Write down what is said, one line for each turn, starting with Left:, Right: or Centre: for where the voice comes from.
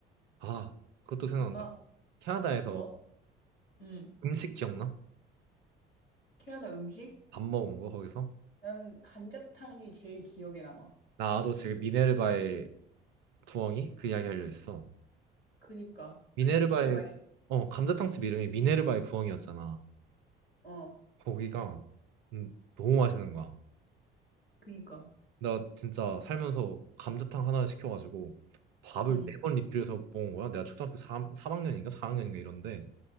Right: 아, 그것도
Left: 그렇구나.
Right: 생각난다. 캐나다에서
Left: 뭐? 응.
Right: 음식 기억나?
Left: 캐나다 음식?
Right: 밥 먹은 거 거기서?
Left: 난 감자탕이 제일 기억에 남아.
Right: 나도 지금 미네르바의 부엉이 그 이야기 하려 했어.
Left: 그니까.
Right: 미네르바의
Left: 그게 진짜 맛있어.
Right: 어 감자탕집 이름이 미네르바의 부엉이였잖아.
Left: 어.
Right: 거기가 음, 너무 맛있는 거야.
Left: 그니까.
Right: 나 진짜 살면서 감자탕 하나 시켜가지고 밥을
Left: 응.
Right: 네 번 리필해서 먹은 거야. 내가 초등학교 3, 학년인가 4학년인가 이런데